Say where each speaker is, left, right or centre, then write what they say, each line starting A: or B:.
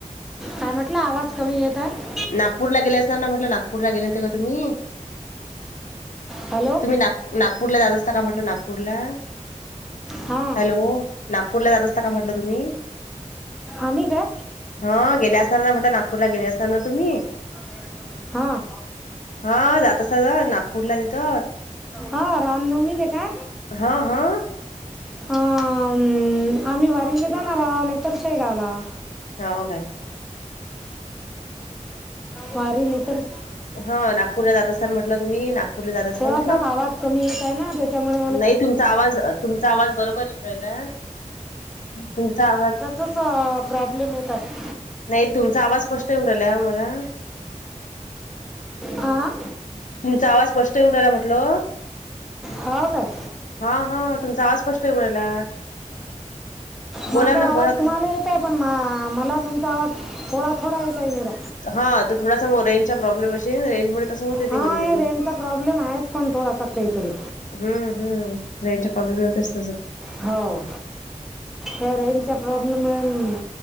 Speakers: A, in the centre; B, on the left.
A: काय म्हटलं आवाज कमी येत आहे
B: नागपूरला गेले असणार ना म्हटल नागपूरला गेले होते का तुम्ही.
A: हॅलो.
B: तुम्ही नाग-नागपूर ला जात असता का म्हटल, नागपूरला.
A: हां
B: हॅलो, नागपूरला जात असता का म्हटल तुम्ही.
A: आम्ही का.
B: ह गेले असणार ना म्हटल, नागपूरला गेले असणारना तुम्ही.
A: <unintelligible> हां.
B: हा जात आसता ना नागपूरला तिथ.
A: हो रामनवमी ले का.
B: हां, हां.
A: आं आम्ही वारिला जाणार नाही तर शेगावला.
B: हो-हो बाय.
A: वारी नाही तर
B: हा नागपूरला जात असताना म्हटलं तुम्ही, नागपूरला जात असता
A: थोडासा
B: म्ह
A: आवाज कमी येत आहे ना त्याच्यामुळ.
B: नाही तुमचा आवाज तुमचा, आवाज बरोबर येऊ राहिला. तुमचा आवाज
A: तसा प्रॉब्लेम येत आहे.
B: नाही तुमचा आवाज स्पष्ट येऊ राहिला मला.
A: आ.
B: तुमचा आवाज स्पष्ट येऊन राहिला म्हटलं.
A: हाव काय.
B: हा हं तुमचा आवाज स्पष्ट येऊ राहिला.
A: माझा
B: बोला ना
A: आवाज
B: बोला
A: तुम्हाला
B: तुम
A: येत आहे, पण मला तुमचा आवाज थोडा थोडा येत आहे जरा.
B: हा तर थोडासा व रेंजचा प्रॉब्लेम अशील. रेंजमुळे तसं होते
A: हा
B: ते कधी
A: हे
B: कधी.
A: रेंजचा प्रॉब्लेम आहेच पण थोडासा काहीतरी.
B: हम्म- हम्म रेंजच्या प्रॉब्लेम मुळे होते तसंच.
A: हाव. या रेंजच्या प्रॉब्लेम मुळे